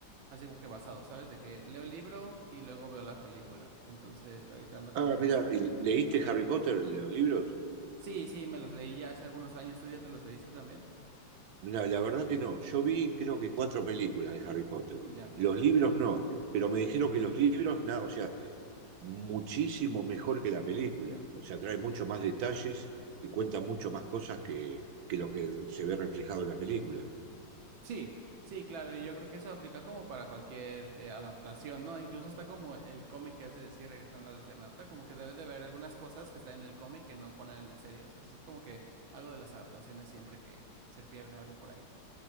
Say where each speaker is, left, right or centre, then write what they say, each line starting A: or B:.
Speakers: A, on the right; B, on the right.
A: así como que basado, ¿sabes? De que leo el libro y luego veo la película. Entonces, ahorita ando como
B: Ah,
A: que
B: mira,
A: en ese bucle.
B: ¿leíste
A: Ajá.
B: Harry Potter, los libros?
A: Sí, sí, me los leí ya hace algunos años. ¿Tú ya te los leíste también?
B: Mira, la verdad que no. Yo vi creo que cuatro películas de Harry Potter.
A: Mm, ya.
B: Los libros no, pero me dijeron que los libros, nada, o sea, muchísimo mejor que la película. O sea, trae mucho más detalles y cuenta mucho más cosas que, que lo que se ve reflejado en la película.
A: Sí, sí, claro. Y yo creo que eso aplica como para cualquier eh, adaptación, ¿no? Incluso está como el cómic que has de decir regresando al Eternauta, como que debes de ver algunas cosas que están en el cómic que no ponen en la serie. O sea, eso es como que algo de las adaptaciones siempre que se pierde algo por ahí.